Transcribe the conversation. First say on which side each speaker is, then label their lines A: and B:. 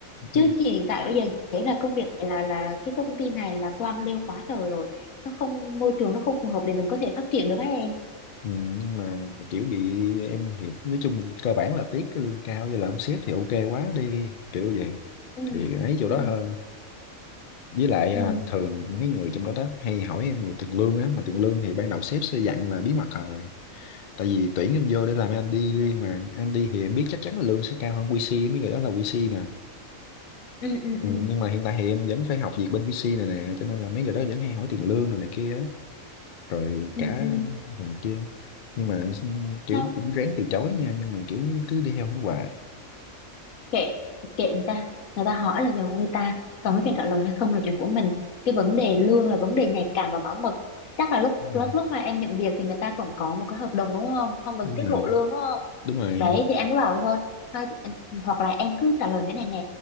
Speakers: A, on the left (about 80°); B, on the left (about 60°).
A: chứ
B: ừ.
A: chị hiện tại bây giờ thấy là công việc này là là cái công ty này là quan liêu quá trời rồi nó không môi trường nó không phù hợp để mình có thể phát triển được các em
B: Ừ, nhưng mà kiểu bị em hiệp nói chung cơ bản là tiếc cái lương cao với là ông sếp thì ok quá đi kiểu vậy
A: ừ
B: thì ấy chỗ
A: ừ
B: đó thôi với lại à,
A: ừ
B: thường mấy người trong đó đó hay hỏi em về tiền lương á mà tiền lương thì ban đầu sếp sẽ dặn là bí mật rồi tại vì tuyển em vô để làm Andy riêng mà Andy thì em biết chắc chắn là lương sẽ cao hơn QC mấy người đó là QC mà
A: ừ ừ
B: ừ,
A: ừ
B: nhưng mà hiện tại thì em vẫn phải học việc bên QC này nè cho nên là mấy người đó vẫn hay hỏi tiền lương rồi này kia á. rồi
A: ừ
B: cả
A: ừ.
B: thằng kia nhưng mà kiểu
A: không
B: cũng ráng từ chối nha nhưng mà kiểu cứ đi theo nó hoài
A: kệ kệ người ta người ta hỏi là giàu của người ta còn cái chuyện trả lời hay không là chuyện của mình cái vấn đề lương là vấn đề nhạy cảm và bảo mật chắc là lúc
B: ừ.
A: lúc lúc mà em nhận việc thì người ta cũng có một cái hợp đồng đúng không không được
B: Ừ.
A: tiết lộ lương đúng không
B: đúng rồi
A: đấy thì em cứ bảo thôi thôi chị- hoặc là em cứ trả lời thế này nè